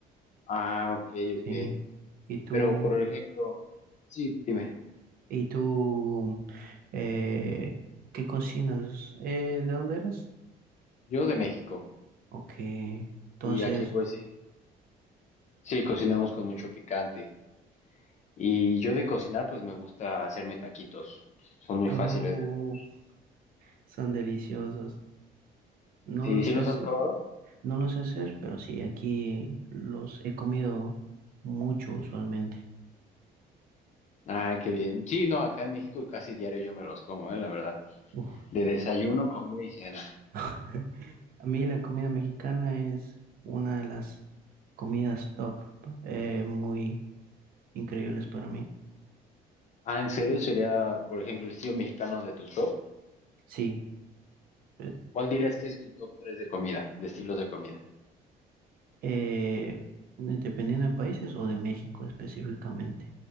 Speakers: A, on the left; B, on the right.
A: Ah, ok,
B: sí.
A: ok.
B: ¿Y tú,
A: Pero por ejemplo, sí, dime,
B: y tú, eh, qué cocinas? Eh, ¿de dónde eres?
A: yo de México,
B: Ok, entonces,
A: y aquí pues sí, sí cocinamos con mucho picante. Y yo de cocinar, pues me gusta hacerme taquitos. Son muy
B: oh.
A: fáciles de hacer.
B: Son deliciosos. No
A: ¿Sí,
B: lo sé
A: sí los
B: hacer,
A: has probado?
B: no lo sé hacer, pero sí, aquí los he comido mucho usualmente.
A: Ah, qué bien. Sí, no, acá en México casi diario yo me los como, eh, la verdad.
B: Uf.
A: De desayuno, Wow. comida y cena.
B: <laughs> A mí la comida mexicana es una de las comidas top, eh, muy increíbles para mí.
A: Ah, ¿en serio? Sería, por ejemplo, el estilo mexicano de tu top.
B: Sí, eh,
A: ¿Cuál dirías que es tu top 3 de comida, de estilos de comida?
B: eh, dependiendo de países o de México específicamente.